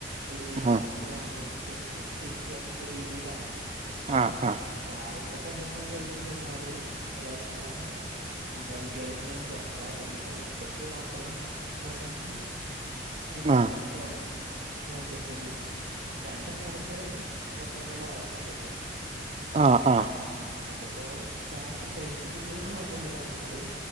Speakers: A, on the right; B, on the right.
A: ഒരു രാത്
B: ആ
A: രാത്രി ആവുമ്പോഴത്തേക്ക് തിരിച്ച് വരണ്ട രീതിയിലാണ് അപ്പൊ
B: ആഹ് ആഹ്
A: രാവിലക്കത്തെ ഭക്ഷണം കഴിച്ചു കഴിഞ്ഞാല് എല്ലാര്ക്കും പാടെ എന്താ വിദ്യാലയത്തിൽ ന്ന് പൊറാ ആ പിന്നെ ഉച്ചക്ക് മാത്രം ഉച്ചക്കും വേണങ്കിൽ വൈകുന്നേരത്തൊ
B: ആഹ്
A: നോക്കിയ മതി രണ്ട് നേരത്തെ ഭക്ഷണൊള്ളു ആവശ്യം വര
B: ആഹ് ആഹ്
A: അതിപ്പോ രാത്രി കഴിച്ചിട്ടില്ലെലും കൊയപ്പൊന്നുല്ല ഇന്നാലും